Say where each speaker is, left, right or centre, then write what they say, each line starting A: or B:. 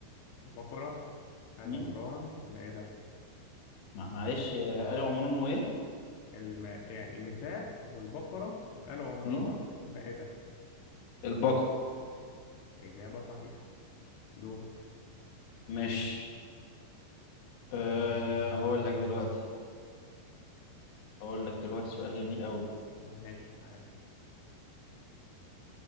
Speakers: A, on the left; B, on the left.
A: البقرة آل
B: مم؟
A: عمران المائدة
B: مع- معلش آه، آل عمران وايه
A: الم... يعني النساء والبقرة وآل عمران
B: مم؟
A: المائدة
B: البقرة
A: إجابة صحيحة دورك
B: ماشي أه هقول لك دلوقتي هقول لك دلوقتي سؤال جميل قوي
A: ماشي معاك